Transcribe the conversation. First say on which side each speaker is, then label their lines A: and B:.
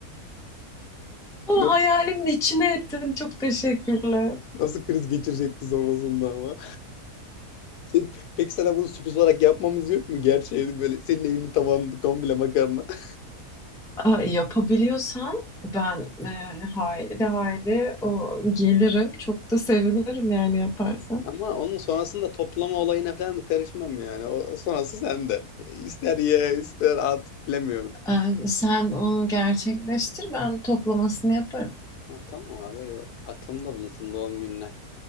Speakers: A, in the centre; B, on the left (about 80°).
A: Ama
B: Nasıl,
A: hayalimin içine ettin. Çok teşekkürler.
B: nasıl kriz geçirecekti sonrasında ama. Sen- peki sana bunu sürpriz olarak yapmamız yok mu? Gerçeğini böyle senin evinin tavanı komple makarna. <laughs>
A: Aa, Yapabiliyorsam ben yani haydi haydi o gelirim. Çok da sevinirim yani yaparsan.
B: Ama onun sonrasında toplama olayına falan karışmam yani. O sonrası sende. İster ye, ister at, bilemiyorum.
A: Ee, sen onu gerçekleştir ben toplamasını yaparım.
B: Ha, tamam abi, eyvah. aklımda bulunsun doğum gününe.